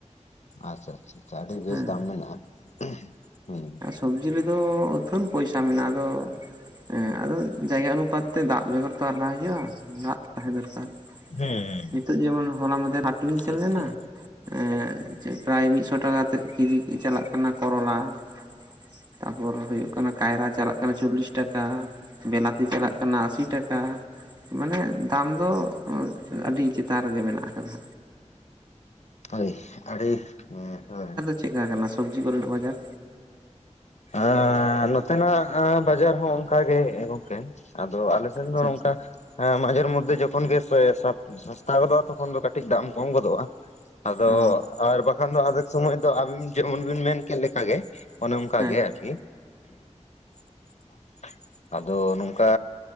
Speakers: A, on the left; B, on the right.
A: ᱟᱪᱪᱷᱟ ᱟᱪᱪᱷᱟ, ᱟᱰᱤ ᱵᱮᱥ
B: ᱦᱮᱸ
A: ᱫᱟᱢ ᱢᱮᱱᱟᱜᱼᱟ᱾ ᱦᱩᱸ
B: ᱥᱚᱵᱡᱤ ᱨᱮᱫᱚ ᱟᱹᱛᱷᱟᱹᱱ ᱯᱚᱭᱥᱟ ᱢᱮᱱᱟᱜᱼᱟ᱾ ᱟᱫᱚ ᱦᱮᱸ ᱟᱫᱚ ᱡᱟᱭᱜᱟ ᱚᱱᱩᱯᱟᱛ ᱛᱮ ᱫᱟᱜ ᱵᱮᱜᱚᱨ ᱛᱚ ᱟᱨ ᱵᱟᱭ ᱦᱳᱭᱳᱜᱼᱟ ᱟᱸᱜ ᱛᱟᱦᱮᱸ ᱫᱚᱨᱠᱟᱨ
A: ᱦᱮᱸ
B: ᱾
A: ᱦᱮᱸ
B: ᱱᱤᱛᱚᱜ ᱡᱮᱢᱚᱱ ᱦᱚᱞᱟ ᱢᱟᱫᱷᱮᱨ ᱦᱟᱴ ᱤᱧ ᱥᱮᱱ
A: ᱴᱷᱤᱠ
B: ᱞᱮᱱᱟ
A: ᱴᱷᱤᱠ
B: ᱮᱸ ᱪᱮᱫ ᱠᱟᱭ ᱢᱤᱫᱥᱚ ᱴᱟᱠᱟ ᱛᱮᱫ <inaudible> ᱠᱤᱡᱤ ᱪᱟᱞᱟᱜ ᱠᱟᱱᱟ ᱠᱚᱨᱚᱞᱟ ᱾ ᱛᱟᱯᱚᱨ ᱦᱳᱭᱳᱜ ᱚᱱᱟ ᱠᱟᱭᱨᱟ ᱪᱟᱞᱟᱜ ᱠᱟᱱᱟ ᱪᱚᱞᱞᱤᱥ ᱴᱟᱠᱟ ᱾ ᱵᱤᱞᱟᱛᱤ ᱪᱟᱞᱟᱜ ᱠᱟᱱᱟ ᱟᱥᱤ ᱴᱟᱠᱟ᱾ ᱢᱟᱱᱮ ᱫᱟᱢ ᱫᱚ ᱟᱰᱤ ᱪᱮᱛᱟᱱ ᱨᱮᱜᱮ ᱢᱮᱱᱟᱜ ᱟᱠᱟᱫᱟ᱾
A: ᱦᱳᱭ ᱟᱰᱤ <inaudible>
B: ᱪᱮᱫ ᱠᱟ ᱠᱟᱱᱟ ᱥᱚᱵᱡᱤ ᱠᱚ ᱨᱮᱱᱟᱜ ᱵᱟᱡᱟᱨ?
A: ᱟᱨ ᱱᱚᱛᱮ ᱱᱟᱜ ᱵᱟᱡᱟᱨ ᱦᱚᱸ ᱚᱱᱠᱟ ᱜᱮ ᱜᱚᱝᱠᱮ ᱾ ᱟᱫᱚ ᱟᱞᱮ ᱥᱮᱱ
B: ᱟᱪᱪᱷᱟ
A: ᱫᱚ ᱱᱚᱝᱠᱟ
B: ᱟᱪᱪᱷᱟ
A: ᱦᱮᱸ ᱢᱟᱡᱷᱮᱨ ᱢᱚᱫᱽᱫᱷᱮ ᱡᱚᱠᱷᱚᱱ ᱜᱮ ᱥᱟᱥᱛᱟ ᱜᱚᱫᱚᱜᱼᱟ ᱾ ᱛᱚᱠᱷᱚᱱ ᱫᱚ ᱠᱟᱴᱤᱡ ᱫᱟᱢ ᱠᱚᱢ ᱜᱚᱫᱚᱜᱼᱟ᱾ ᱟᱫᱚ
B: ᱚ
A: ᱟᱨ ᱵᱟᱠᱷᱟᱱ ᱫᱚ ᱟᱫᱷᱮᱠ ᱥᱚᱢᱚᱭ ᱫᱚ, ᱟᱵᱤᱱ ᱡᱮᱢᱚᱱ ᱵᱤᱱ ᱢᱮᱱ ᱠᱮᱫ ᱞᱮᱠᱟ ᱜᱮ᱾ ᱚᱝᱠᱟ
B: ᱦᱮᱸ
A: ᱜᱮ ᱟᱨᱠ <inaudible> ᱟᱫᱚ ᱱᱚᱝᱠᱟ